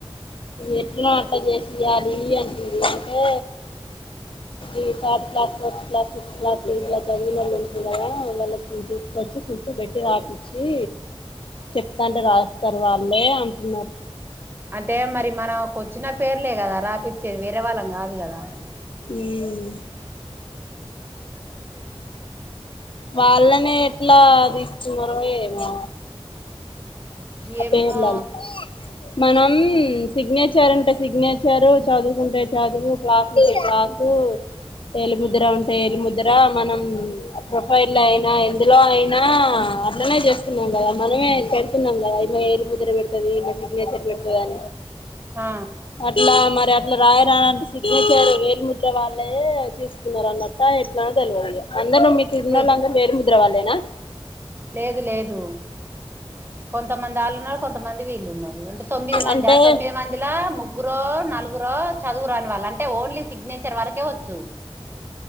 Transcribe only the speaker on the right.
అంటే మరీ మనం వచ్చిన పేర్లే కదా రాపిచ్చేది వేరే వాళ్ళం కాదు కదా
అమ్మ
ఏమో
ఆ
ఇప్పుడు
లేదు లేదు కొంతమంద్ మందాళ్ళు ఉన్నారు కొంతమంది వీళ్ళు ఉన్నారు అంటే తొమ్మిది మందా
ఆ తొమ్మిది మందిలా ముగ్గురో నలుగురో చదువురాని వాళ్ళు అంటే ఓన్లీ సిగ్నేచర్ వరకే ఒచ్చు